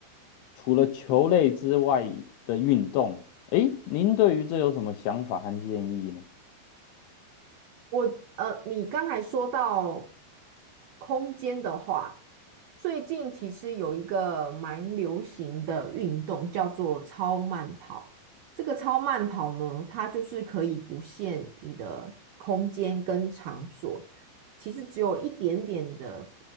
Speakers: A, on the left; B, on the right.
A: 除了球类之外的运动。诶，您对于这有什么想法和建议呢？
B: 我呃，你刚才说到空间的话，最近其实有一个蛮流行的运动叫做超慢跑。这个超慢跑呢，它就是可以不限你的空间跟场所，其实只有一点点的